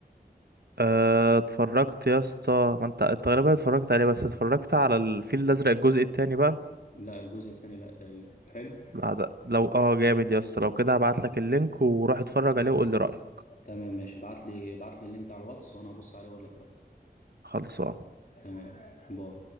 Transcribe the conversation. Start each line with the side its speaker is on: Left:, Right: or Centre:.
Right: آه، اتفرجت يا اسطى ما انت تقريبا اتفرجت عليه بس اتفرجت على الفيل الازرق الجزء التاني بقى
Left: لا الجزء الثاني لا تقريبا حلو
Right: لا ده لو اه جامد يا اسطى لو كده هبعت لك اللينك وروح اتفرج عليه وقول لي رأيك
Left: تمام ماشي ابعت لي ابعت لي اللينك على الواتس وانا ابص عليه واقول لك رأيي
Right: خلصان
Left: تمام باي